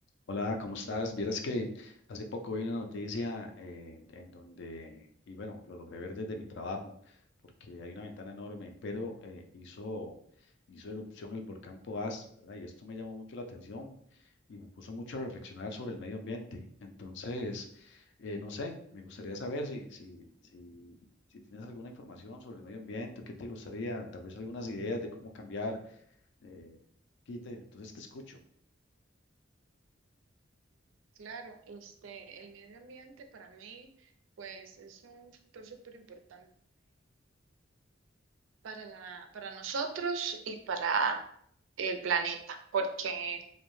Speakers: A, on the left; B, on the right.
A: Hola, ¿cómo estás? Vieras que hace poco vi una noticia eh, en donde, y bueno, lo logré ver desde mi trabajo, porque hay una ventana enorme, pero eh, hizo, hizo erupción el volcán Poás, ¿verdad? Y esto me llamó mucho la atención y me puso mucho a reflexionar sobre el medio ambiente. Entonces, eh, no sé, me gustaría saber si, si, si, si tienes alguna información sobre el medio ambiente, o qué te gustaría, tal vez algunas ideas de cómo cambiar, eh, quite, entonces te escucho.
B: Claro, este, el medio ambiente para mí, pues es un factor súper importante para la, para nosotros y para el planeta, porque